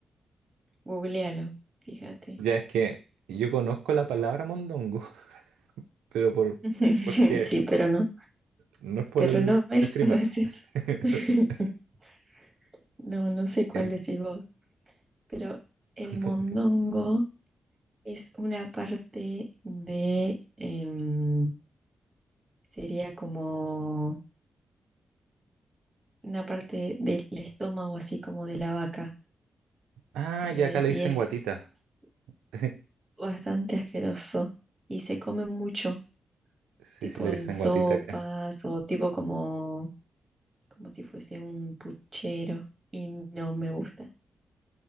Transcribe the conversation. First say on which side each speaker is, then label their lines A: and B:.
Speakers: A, on the right (about 35°); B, on the right (about 85°).
A: Googlealo, fíjate.
B: Ya es que yo conozco la palabra mondongo, <laughs> pero por
A: <laughs>
B: porque
A: Sí, pero no,
B: no es por
A: pero
B: el
A: no es,
B: streamer.
A: no es eso.
B: <laughs>
A: <laughs> No, no sé cuál
B: Es
A: decís vos, pero el mondongo
B: mondongo.
A: es una parte de, em, sería como una parte del estómago, así como de la vaca.
B: Ah,
A: eh,
B: y acá le dicen
A: y es
B: guatita. <laughs>
A: bastante asqueroso y se come mucho,
B: Sí,
A: tipo
B: sí, le dicen
A: en sopas
B: guatita acá.
A: o tipo como, como si fuese un puchero y no me gusta.